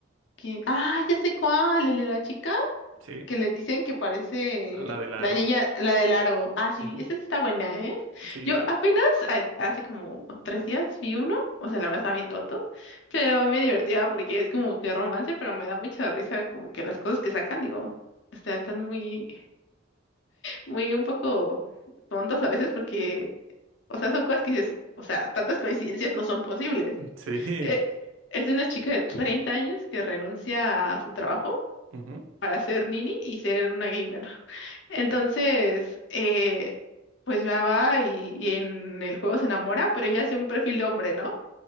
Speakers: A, on the left (about 65°); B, on the right (about 80°).
A: que- Ah, ya sé cuál, el de la chica
B: Sí,
A: que le dicen que parece
B: la del aro.
A: la niña, la del aro. Ah, sí,
B: <laughs>
A: esa sí está buena, ¿eh?
B: Sí,
A: Yo apenas a- hace como tres días vi uno, o sea, la verdad está bien tonto, pero me divertía porque es como que romance, pero me da mucha risa como que las cosas que sacan, digo, o sea, están muy, muy un poco tontas a veces porque O sea, son cosas que dices, o sea, tantas coincidencias no son posibles.
B: sí.
A: Eh, es una chica de 30 años que renuncia a su trabajo
B: Ujú.
A: para ser nini y ser una gamer. <laughs> Entonces, eh, pues va, va y, y en el juego se enamora, pero ella hace un perfil de hombre, ¿no?